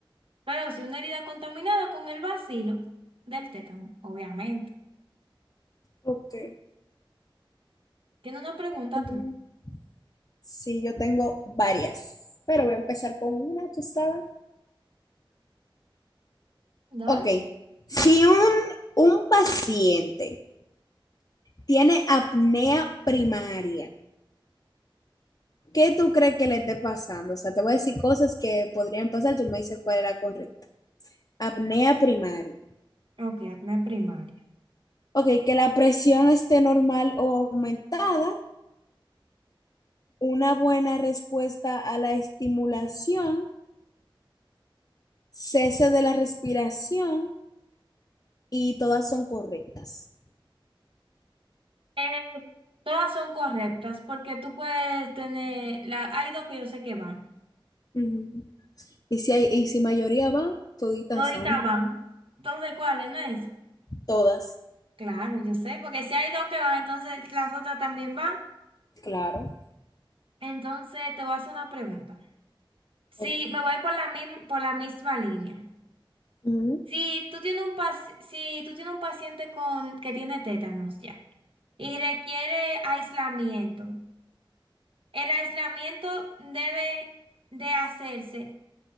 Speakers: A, on the right (about 80°); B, on the left (about 45°).
A: pero si una herida contaminada con el bacilo del tétano, obviamente.
B: Ok.
A: Tiene una pregunta
B: Mm,
A: tú.
B: Sí, yo tengo varias, pero voy a empezar con una, tú sabes.
A: da
B: Ok, si un, un paciente tiene apnea primaria, ¿qué tú crees que le esté pasando? O sea, te voy a decir cosas que podrían pasar, tú me dices cuál es la correcta. Apnea primaria.
A: Ok, apnea primaria.
B: Ok, que la presión esté normal o aumentada, una buena respuesta a la estimulación, cese de la respiración y todas son correctas.
A: Eh, todas son correctas porque tú puedes tener, la, hay dos que yo sé que van.
B: Ujú. Y si hay, y si mayoría van toditas
A: Toditas
B: son.
A: van. Entonces, ¿cuál es? ¿No es esa?
B: Todas.
A: Claro, yo sé, porque si hay dos que van, entonces las otras también van.
B: Claro.
A: Entonces, te voy a hacer una pregunta. Si
B: Ok.
A: me voy por la, mim- por la misma línea.
B: Ujú.
A: Si tú tienes un paci- si tú tienes un paciente con que tiene tétanos ya y requiere aislamiento, el aislamiento debe de hacerse